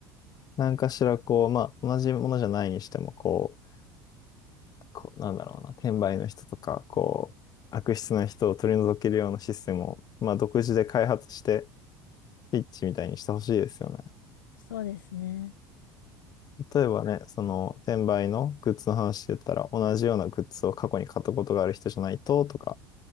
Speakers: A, on the left; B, on the left.
A: なんかしらこう、まあ、同じものじゃないにしても、こう、こう、なんだろうな、転売の人とか、こう、悪質な人を取り除けるようなシステムを、まあ、独自で開発して、ピッチみたいにしてほしいですよね。
B: そうですね。
A: 例えばね、その、転売のグッズの話で言ったら、同じようなグッズを過去に買ったことがある人じゃないと、とか、